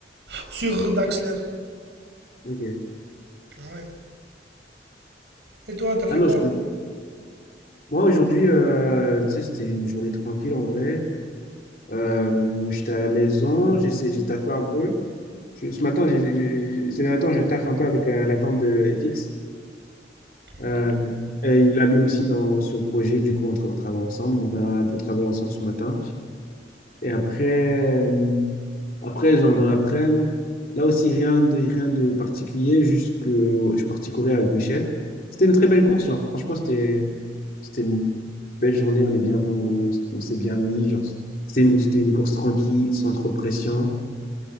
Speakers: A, on the right; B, on the left.
A: sur Daxler.
B: Ok.
A: Ouais. Et toi, t'as fait
B: Ah non,
A: quoi?
B: je connais. Moi, aujourd'hui, euh, tu sais, c'était une journée tranquille en vrai. Euh, j'étais à la maison, j'ai essayé- j'ai taffé un peu. Je- ce matin, j'ai, j'ai- j'ai- ces derniers temps, je taffe un peu avec euh, la tante de FX. Euh,
A: Ok.
B: et il l'a mis aussi dans ce projet, du coup, on, tra- on travaille ensemble. Donc, on a un peu travaillé ensemble ce matin. Et après, euh, après genre dans l'après-midi, là aussi rien de, rien de particulier, juste que ouais, je suis parti courir avec Michel. C'était une très belle course, genre franchement, c'était c'était une belle journée, on est bien, on, on s'est bien mis, genre c'était une, c'était une course tranquille, sans trop de pression.